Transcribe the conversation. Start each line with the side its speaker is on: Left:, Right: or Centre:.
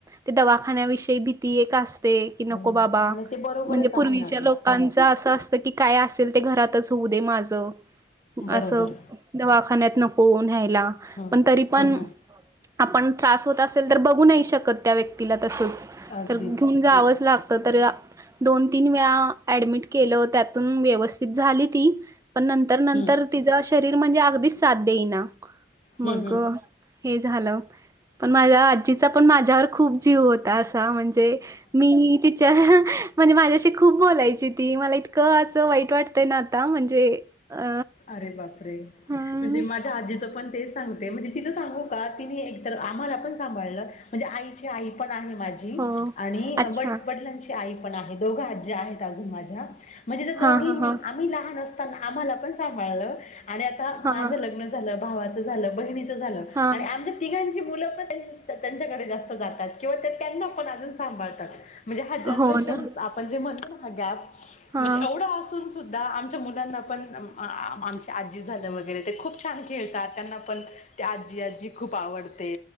Right: ते दवाखान्याविषयी भीती एक असते की नको
Left: हो ना
Right: बाबा
Left: आणि ते बरोबरच
Right: म्हणजे
Left: आहे
Right: पूर्वीच्या
Left: ना गं
Right: लोकांचा
Left: हं
Right: असं अस की काय असेल ते घरातच होऊ दे माझं
Left: बरोबर
Right: असं दवाखान्यात नको न्यायला
Left: हं
Right: पण तरी पण
Left: हं हं
Right: आपण त्रास होत असेल तर बघू नाही शकत त्या व्यक्तीला तसंच
Left: अगदीच
Right: तर घेऊन जावंच लागतं तर दन तीन वेळा डमि के त्यातून व्यवस्थित झाली ती पण तर नंतर
Left: हं
Right: तिचां शरीर म्हणजे अगदीच साथ देईना
Left: हं
Right: मग
Left: हं
Right: हे झालं पण माझ्या आजीचा पण माझ्यावर खूप जीव होता असा म्हणजे मी तिच्या म्हणजे माझ्याशी खूप बोलायची ती मला इतकं असं वाईट वाटत ते ना आता म्हणजे अ
Left: अरे बापरे
Right: हां
Left: म्हणजे म आजीचं पण तेच सांगते म्हणजे तिचं सांगू का तिने एकतर आम्हाला पण सांभाळलं म्हणजे आईची आई पण आहे माझी
Right: हो
Left: आणि
Right: अच्छा
Left: व वडिलांची ण दघ आहेत माझ्या म्हणज त्या दोघ
Right: हां हां हां
Left: आम्ही लहान अस आम्हाला पण सभ आणि आता
Right: हां
Left: माझ लग्न झालं भावाच झालं ब झा
Right: हां
Left: आणि आ तिघांची मुलं पण त्यांच्याकडे जास्त जातात किंवा त्यांना पण अजून सांभाळतात म्हणजे हा जनरेशन
Right: हो ना
Left: आपण जे म्हणतो ना हा गॅप
Right: हां
Left: म्हणजे एवढ असून द आमच्या मुलांना पण आ आमची आजी झालं वगैरे ते खूप छान खेळतात त्यांना पण ते आजी आजी खूप आवडते